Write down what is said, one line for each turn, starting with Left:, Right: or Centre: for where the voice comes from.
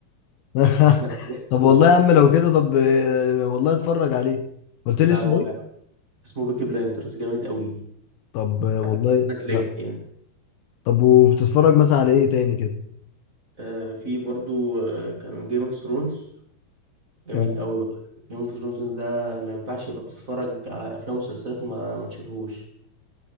Left: <laughs>
Right: لا هو جامد
Left: طب
Right: يعني
Left: والله يا عم لو كده طب آه، والله اتفرج عليه قلت لي
Right: لا
Left: اسمه
Right: هو
Left: ايه
Right: جامد اسمه بيكي بلايندرز جامد أوي
Left: طب آه، والله
Right: هبعت لك لينك
Left: لا
Right: يعني
Left: طب وبتتفرج مثلا على ايه تاني كده
Right: آه، في برضو آه، كان جيم اوف ثرونز جامد
Left: آه،
Right: قوي بقى جيم اوف ثرونز ده ما ينفعش يبقى بتتفرج على افلام ومسلسلات وما ما تشوفهوش